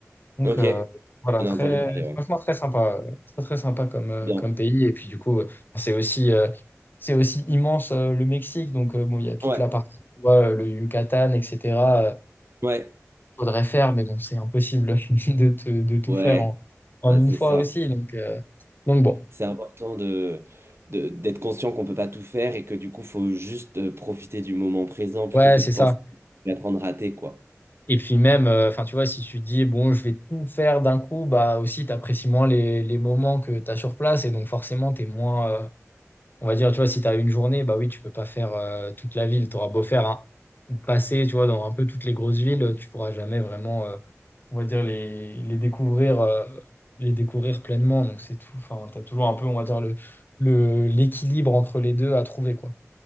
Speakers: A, on the left; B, on the right.
A: Donc
B: ok.
A: euh, voilà,
B: J'en
A: très,
B: ai entendu parler, ouais.
A: franchement très sympa, euh, très très sympa comme, euh,
B: Bien.
A: comme pays. Et puis du coup, euh, c'est aussi, euh, c'est aussi immense euh, le Mexique. Donc euh, bon, il y a toute
B: Ouais,
A: la partie, tu vois, euh, le Yucatan, etc. euh,
B: ouais,
A: faudrait faire, mais bon, c'est impossible <laughs> de, te- de tout
B: ouais,
A: faire en, en
B: bah,
A: une
B: c'est
A: fois
B: ça.
A: aussi. Donc, euh, donc bon,
B: C'est important de, de- d'être conscient qu'on peut pas tout faire et que du coup, faut juste euh, profiter du moment présent plutôt
A: ouais,
B: que
A: c'est
B: de penser
A: ça.
B: à être en train quoi.
A: Et puis même, euh, enfin tu vois, si tu dis bon, je vais tout faire d'un coup, bah aussi t'apprécies moins les, les moments que tu as sur place et donc forcément t'es moins, euh, On va dire, tu vois, si tu as une journée, bah oui, tu peux pas faire euh, toute la ville. Tu auras beau faire un, passer, tu vois, dans un peu toutes les grosses villes, tu pourras jamais vraiment, euh, on va dire, les, les découvrir, euh, les découvrir pleinement. Donc c'est tout. Enfin, tu as toujours un peu, on va dire, le, le, l'équilibre entre les deux à trouver, quoi.